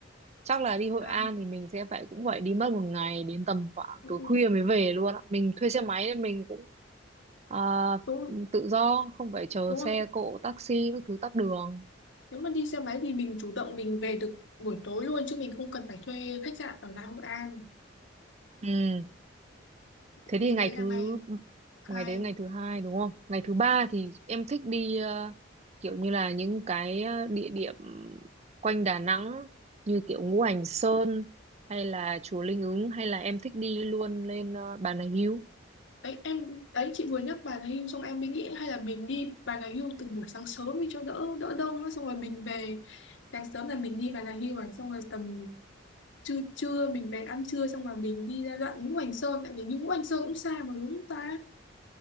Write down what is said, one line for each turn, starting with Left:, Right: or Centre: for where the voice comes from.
Right: chắc là đi Hội
Left: à,
Right: An thì mình sẽ phải cũng phải đi mất một ngày đến tầm khoảng
Left: ừ,
Right: tối khuya mới về luôn á mình thuê xe máy nên mình cũng ờ,
Left: đúng rồi,
Right: tự do không phải chờ
Left: đúng
Right: xe
Left: không
Right: cộ taxi các thứ tắc đường
Left: nếu mà đi xe máy thì mình chủ động mình về được buổi tối luôn chứ mình không cần phải thuê khách sạn ở lại Hội An
Right: ừ Thế thì
Left: thì
Right: ngày
Left: đấy là
Right: thứ
Left: ngày hai
Right: ngày đấy ngày thứ hai đúng không? Ngày thứ ba thì em thích đi ờ, kiểu như là những cái ờ, địa điểm quanh Đà Nẵng như kiểu Ngũ Hành Sơn hay là chùa Linh Ứng hay là em thích đi luôn lên ờ, Bà Nà Hưu.
Left: đấy em đấy chị vừa nhắc Bà Nà Hills xong em mới nghĩ hay là mình đi Bà Nà Hills từ buổi sáng sớm đi cho đỡ đỡ đông á, xong rồi mình về sáng sớm là mình đi Bà Nà Hills xong rồi tầm trưa trưa mình bèn ăn trưa xong rồi mình đi ra đoạn Ngũ Hành Sơn tại vì đi Ngũ Hành Sơn cũng xa mà đúng không ta